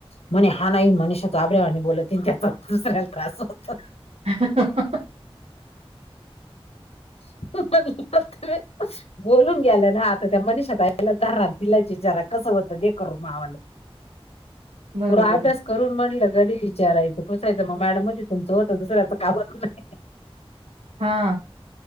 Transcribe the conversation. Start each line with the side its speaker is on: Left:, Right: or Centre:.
Left: म्हणे हा नाही मनुष तो आब्रवा आणि बोलतते त्याचा दुसऱ्याला त्रास होत
Right: ह
Left: <inaudible> बोलून गेला ना आता त्या मनिात आला राण तिला चिचारा कसं होतं ते करून मावाला
Right: <inaudible> बरोबर
Left: आठडस
Right: आहे.
Left: करून म्हटलं कधी विचारायचं पुसायचं मग मॅडम मध तुमचं होतं दुसऱ्याच कावत नाही
Right: हा